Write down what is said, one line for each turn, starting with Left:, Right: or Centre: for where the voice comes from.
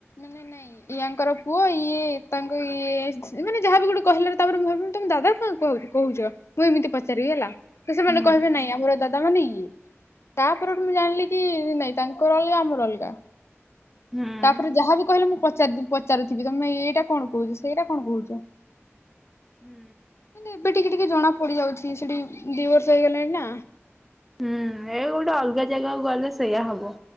Left: ଇଏ ନାଇଁ ୟାଙ୍କର ପୁଅ ଇଏ ତାଙ୍କୁ ଇଏ ମାନେ ଯାହାବେ ଗୋଟେ କହିଲ ତାପରେ ମୁଁ ଭାବେ। ତମେ ଦାଦା କାହାକୁ କହୁଛ ମୁଁ ଏମିତି ପଚାରିବି ହେଲା ତ ସେମାନେ
Centre: ହୁଁ
Left: କହିବେ ନାଇଁ ଆମର ଦାଦା ତାମାନେ ଇ ତା ପରଠୁ ମୁଁ ଜାଣିଲି କି ନାଇଁ ତାଙ୍କର ଅଲଗା ଆମର ଅଲଗା।
Centre: ହୁଁ।
Left: ତାପରେ ଯାହାବି କହିଲେ ମୁଁ ପଚାରି ପଚାରୁଥିବି ତମେ ଏଇଟା କଣ କହୁଛ ସେଇଟା କଣ କହଚ।
Centre: ହୁଁ।
Left: ମାନେ ଏବେ ଟିକେ ଟିକେ ଜଣା ପଡ଼ି ଯାଉଛି ସେଠି ଦି ବର୍ଷ ହେଇଗଲାଣି ନା।
Centre: ହୁଁ ଏ ଗୋଟେ ଅଲଗା ଜାଗାକୁ ଗଲେ ସେଇଆ ହବ।